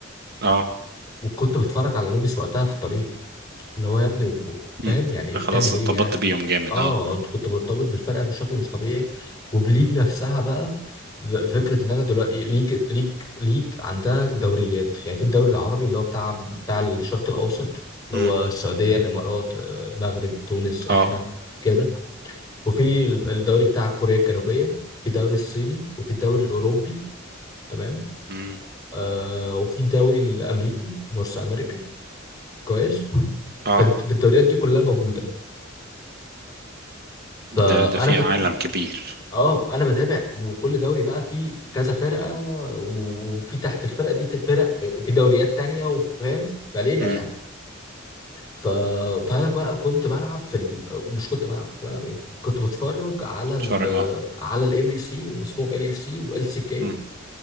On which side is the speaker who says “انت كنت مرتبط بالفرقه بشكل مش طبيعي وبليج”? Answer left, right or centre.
Left